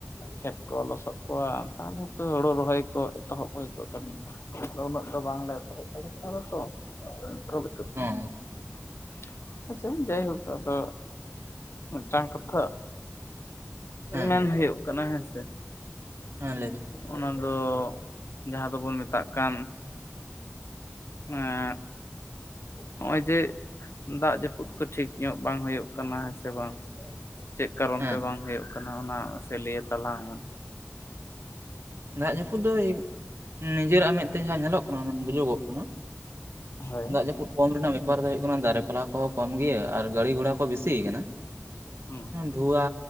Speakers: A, on the left; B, on the right.
A: ᱠᱷᱮᱛ ᱠᱚ ᱞᱚᱥᱚᱫ ᱠᱚᱣᱟ ᱟᱨ ᱛᱟᱦᱟᱞᱮ ᱛᱚ ᱦᱳᱲᱳ ᱨᱚᱦᱚᱭ ᱠᱚ ᱮᱛᱚᱦᱚᱵ ᱦᱳᱭ ᱠᱚᱜ-ᱟ ᱠᱟᱹᱢᱤ ᱟᱫᱚ ᱩᱱᱟᱹᱜ ᱫᱚ ᱵᱟᱝᱞᱮ ᱮᱛᱚᱦᱚᱵ ᱫᱟᱲᱮ ᱠᱟᱣᱫᱟ ᱛᱚ <unintelligible>
B: ᱦᱮᱸ
A: ᱟᱪᱪᱷᱟ ᱡᱟᱭᱦᱳᱠ ᱟᱫᱚ ᱢᱮᱫᱴᱟᱝ ᱠᱟᱛᱷᱟ?
B: ᱦᱮᱸ
A: ᱢᱮᱱ ᱦᱳᱭᱳᱜ ᱠᱟᱱᱟ ᱦᱮᱸᱥᱮ᱾
B: ᱦᱮᱸ ᱞᱮᱭ ᱵᱤᱱ᱾
A: ᱚᱱᱟ ᱫᱚ ᱡᱟᱦᱟᱸ ᱫᱚᱵᱚᱱ ᱢᱮᱛᱟᱜ ᱠᱟᱱ᱾ ᱮᱸᱜ ᱦᱚᱜ-ᱚᱭ ᱡᱮ ᱫᱟᱜ ᱡᱟᱹᱯᱩᱫ ᱠᱚ ᱴᱷᱤᱠ ᱧᱚᱜ ᱵᱟᱝ ᱦᱳᱭᱳᱜ ᱠᱟᱱᱟ ᱦᱮᱸ ᱥᱮ ᱵᱟᱝ᱾ ᱪᱮᱫ ᱠᱟᱨᱚᱱ
B: ᱦᱮᱸ
A: ᱛᱮ ᱵᱟᱝ ᱦᱳᱭᱳᱜ ᱠᱟᱱᱟ ᱚᱱᱟ ᱢᱟᱥᱮ ᱞᱮᱭ ᱟᱛᱟᱞᱟᱝ ᱢᱮ?
B: ᱫᱟᱜ ᱡᱟᱹᱯᱩᱫ ᱫᱚ, ᱱᱤᱡᱮᱨᱟᱜ ᱢᱮᱫ ᱛᱮ ᱡᱟᱦᱟᱸ ᱧᱮᱞᱚᱜ ᱠᱟᱱᱟ ᱚᱱᱟ ᱵᱩᱡᱩᱜᱚᱜ ᱠᱟᱱᱟ?
A: ᱦᱳᱭ
B: ᱫᱟᱜ ᱡᱟᱹᱯᱩᱫ ᱠᱚᱢ ᱨᱮᱱᱟᱜ ᱵᱮᱯᱟᱨ ᱫᱚ ᱦᱩᱭᱩᱜ ᱠᱟᱱᱟ ᱫᱟᱨᱮ ᱯᱟᱞᱟ ᱠᱚᱦᱚᱸ ᱠᱚᱢ ᱜᱮᱭᱟ ᱟᱨ ᱜᱟᱹᱲᱤ ᱜᱷᱚᱲᱟ ᱠᱚ ᱵᱮᱥᱤ ᱠᱟᱱᱟ᱾
A: ᱦᱩᱸ
B: ᱫᱷᱩᱣᱟ